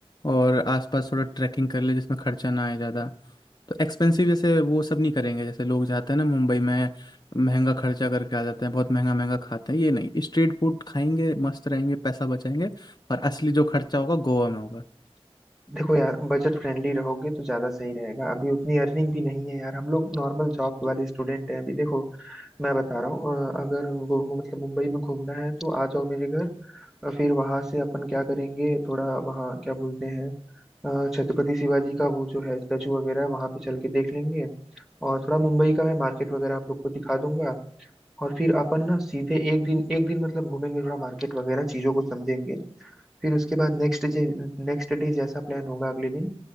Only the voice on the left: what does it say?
और आसपास थोड़ा ट्रैकिंग कर ले जिसमें खर्चा ना आए ज़्यादा तो एक्सपेंसिव जैसे वो सब नहीं करेंगे जैसे लोग जाते हैं ना मुंबई में महंगा खर्चा करके आ जाते हैं बहुत महंगा महंगा खाते हैं ये नहीं स्ट्रीट फूड खाएंगे मस्त रहेंगे पैसा बचाएंगे और असली जो खर्चा होगा गोवा में होगा